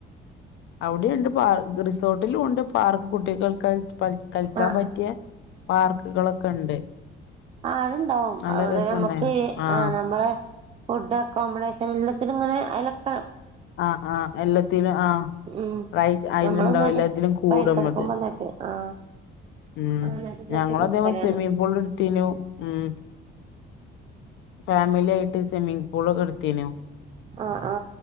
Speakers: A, on the left; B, on the right.
A: അവിടെയുണ്ട് പാർ റിസോർട്ടിലും ഉണ്ട് പാർക്ക് കുട്ടികൾക്കായി കളിക്കാൻ
B: ആഹ്
A: പറ്റിയ പാർക്കുകളൊക്കെ ഉണ്ട്
B: ആളുണ്ടാവും
A: നല്ല
B: അവിടെ
A: രസണ്ടായിന്
B: നമ്മുക്ക്
A: ആഹ്
B: ആ് നമ്മളെ ഫുഡ് അക്കോമഡേഷൻ എല്ലാം ഇങ്ങനെ അ-
A: ആ ആ എല്ലാത്തിലും ആ
B: ഉം
A: റൈറ്റ് അതിലുണ്ടാവും
B: നമ്മള് ഒന്നായിട്ട്
A: എല്ലാത്തിലും കൂടത്
B: പൈസ കൊടുക്കുമ്പോ ഒന്നായിട്ട് ആഹ്
A: ഉം
B: അങ്ങനായിട്ട് കൂട്ടി
A: ഞങ്ങ
B: കൊടുക്കലാണ്
A: അദ്ദേഹം സെമി പോൾ എടുത്തനു ഉം ഫാമിലി ആയിട്ട് സ്വിമ്മിംഗ് പൂളൊക്കെ എടുത്തീനു
B: ആ ആ